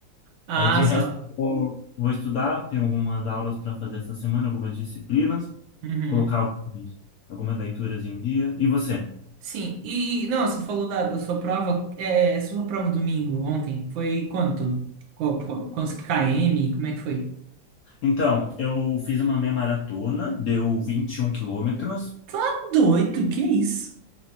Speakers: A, on the right; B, on the left.
A: Ah,
B: Aí de
A: só.
B: resto, vou, vou estudar, tenho algumas aulas para fazer essa semana, algumas disciplinas,
A: Uhum.
B: colocar algumas, algumas leituras em dia. E você?
A: Sim, e, e- não, você falou da, da sua prova, é, sua prova domingo, ontem, foi quanto? Qu- qu- Quantos km? Como é que foi?
B: Então, eu fiz uma meia maratona, deu 21 quilômetros.
A: Tá doido, que isso?